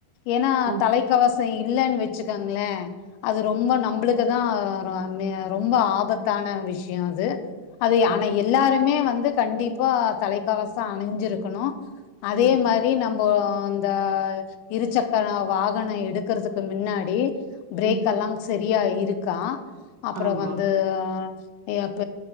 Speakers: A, on the left (about 80°); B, on the right (about 80°).
A: ஏன்னா
B: ஆமா
A: தலைக்கவசம் இல்லன்னு வச்சுக்கோங்களேன் அது ரொம்ப நம்மளுக்குதான் ரொம்ப ஆபத்தான விஷயம் அது அது
B: கண்டிப்பா
A: ஆனா எல்லாருமே வந்து கண்டிப்பா தலைக்கவசம் அணிஞ்சிருக்கணும் அதே
B: ம்
A: மாரி தோழி நம்ம அந்த இருசக்கர வாகனம் எடுக்கறிறதுக்கு முன்னாடி பிரேக்கெல்லாம்
B: ம்
A: சரியா இருக்கா அப்புறம்
B: ஆமா
A: வந்துப்ப